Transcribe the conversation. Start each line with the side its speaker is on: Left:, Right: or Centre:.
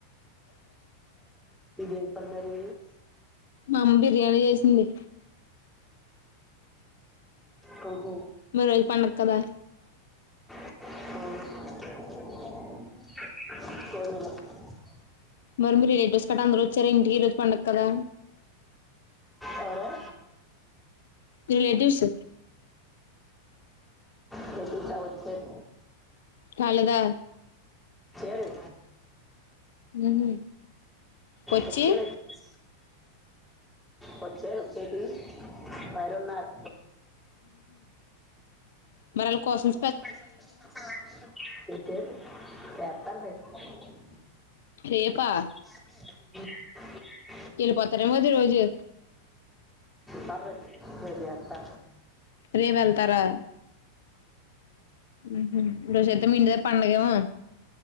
Centre: ఇది ఇప్పుడు మరి
Left: మామ్మ బిర్యానీ చేసింది.
Centre: అహ
Left: మరి అది పండగ కదా
Centre: అవును. ఏమి లే
Left: మరి మీరు రిలేటివ్స్ ఇక్కట అందరు వచ్చారెంటీ ఈ రోజు పండగ కదా
Centre: అవునా
Left: రిలేటివ్స్
Centre: నొప్పుల్ కావచ్చేట్
Left: తాలదా
Centre: చేరు
Left: ఉహు వచ్చి
Centre: వచ్చాడ్ వచ్చాడు. వచ్చాడ్ వచ్చేటివి. బైటున్నారు
Left: మరలకోసం
Centre: స్పెషల్ స్పెషల్ చేయాలి. లేద్లే ఎత్తలే రేపు
Left: రేపా
Centre: రేపే
Left: వెళ్ళిపోతారేమో ఈ రోజు
Centre: సరేస్తే రేపేస్తా
Left: రేపు వెళ్తారా ఊహూ ఈ రోజు అయితే మీ ఇంటి దగ్గర పండగేమో